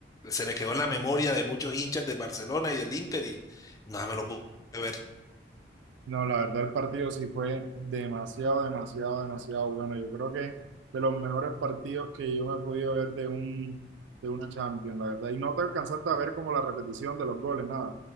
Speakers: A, on the left; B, on the right.
A: se le quedó en la memoria de muchos hinchas del Barcelona y del Inter y nada, me lo pude ver.
B: No, la verdad el partido sí fue demasiado, demasiado, demasiado bueno. Yo creo que de los mejores partidos que yo me he podido ver de un, de una Champions, la verdad. Y no te alcanzaste a ver como la repetición de los goles, nada.